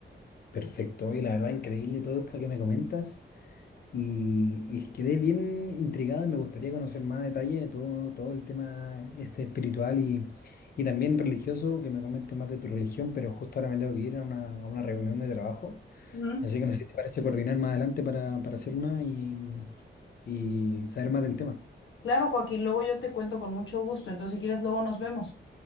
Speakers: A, on the left (about 55°); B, on the left (about 80°).
A: Perfecto, y la verdad increíble todo esto que me comentas. Y, y quedé bien intrigado y me gustaría conocer más detalle de todo, todo el tema este espiritual y, y también religioso, que me comentes más de tu religión, pero justo ahora me tengo que ir a una, a una reunión de trabajo.
B: Ujú.
A: Así que no sé si te parece coordinar más adelante para, para hacer una y, y saber más del tema.
B: Claro, Joaquín, luego yo te cuento con mucho gusto, entonces si quieres, luego nos vemos.